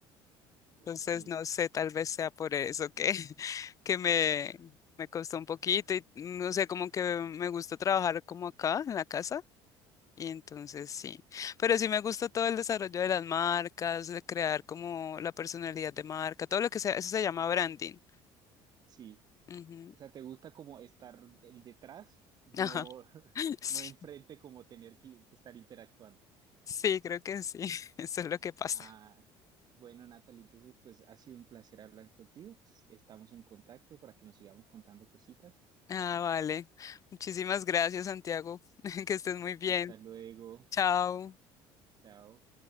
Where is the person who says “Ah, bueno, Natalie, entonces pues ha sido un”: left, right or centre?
Right